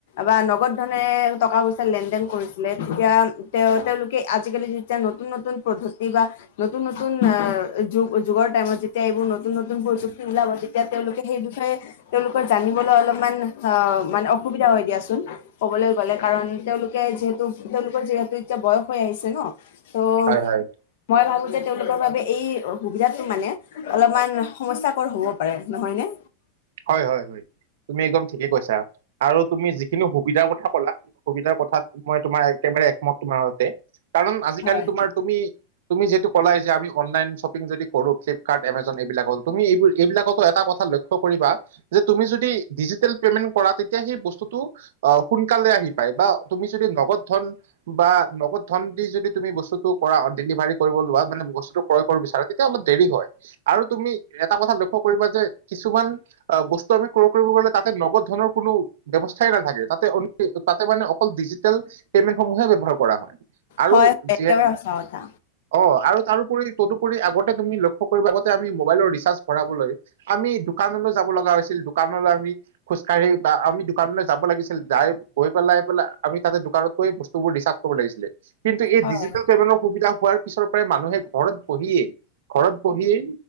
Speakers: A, on the left; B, on the right.
A: বা নগদ ধনে টকা পইচাৰ লেন দেন কৰিছিলে। তেতিয়া তে তেওঁলোকে আজিকালি যেতিয়া নতুন নতুন পদ্ধতি বা নতুন নতুন আহ যুগ যুগৰ টাইমত যেতিয়া এইবোৰ নতুন নতুন প্ৰযুক্তি উলাব তেতিয়া তেওঁলোকে সেই বিষয়ে তেওঁলোকৰ জানিবলৈ অলপমান আহ মানে অসুবিধা হয় দিয়াচোন। কবলৈ গলে কাৰণ তেওঁলোকে যিহেতু তেওঁলোকৰ যিহেতু এতিয়া বয়স হৈ আহিছে ন। ত
B: হয় হয়
A: মই ভাবোতে তেওঁলোকৰ বাবে এই সুবিধাতটো মানে অলপমান সমস্যাকৰ হ'ব পাৰে নহয় নে?
B: হয় হয় হয় তুমি একদম ঠিকে কৈছা। আৰু তুমি যিখিনি সুবিধাৰ কথা ক'লা সুবিধাৰ কথাত মই তোমাৰ একেবাৰে একমত তোমাৰ হতে। কাৰণ আজিকালি
A: হয় হয়
B: তোমাৰ তুমি, তুমি যিহেতু কলাই যে আমি অনলাইন শ্বপিং যদি কৰো ফ্লিপকাৰ্ট এমজন এইবিলাকত তুমি এইবোৰ এইবিলাকো এটা কথা লক্ষ্য কৰিবা তুমি যদি ডিজিটেল পেমেন্ট কৰা তেতিয়া সেই বস্তুটো সোনালে আহি পাই না তুমি যদি নগদ ধন বা নগদ ধন দি যদি তুমি বস্তুটো টো কৰাত ডেলিভাৰীত কৰিব লোৱা মানে বস্তু ক্ৰয় কৰিব বিচাৰে তেতিয়া অলপ দেৰি হয়। আৰু তুমি এটা কথা ল লক্ষ্য কৰিবা যে কিছুমান অ' বস্তু আমি ক্ৰয় কৰিব গলে তাতে নগদ ধনৰ কোনো' ব্যৱস্থাই নাথাকে তাতে অন লি-তাতে মানে অকল ডিজিটেল পেমেন্ট সমূহে ব্যৱহাৰ কৰা হয় আৰু
A: হয় একেবাৰে
B: যিয়ে,
A: সঁচা কথা
B: অ' আৰু তাৰোপৰি, তদুপৰি আগতে তুমি লক্ষ্য কৰিবা আগতে আমি মোবাইলৰ ৰিচাৰ্জ ভৰাবলৈ আমি দোকানলৈ যাব লগা হৈছিল। দোকানলৈ আমি খোজ আমি দোকানলৈ খোজ কাঢ়ি বা আমি দোকানলৈ কাঢ়ি যাব লাগিছিল, যাই, গৈ পেলাই-পেলাই আমি তাতে দোকানত গৈ বস্তুবোৰ ৰিচাৰ্জ কৰিব লাগিছিলে। কিন্তু এই
A: হয়
B: ডিজিটেল পেমেনৰ সুবিধা হোৱাৰ পিছৰ পৰাই মানুহে ঘৰত বহিয়ে-ঘৰত বহিয়ে,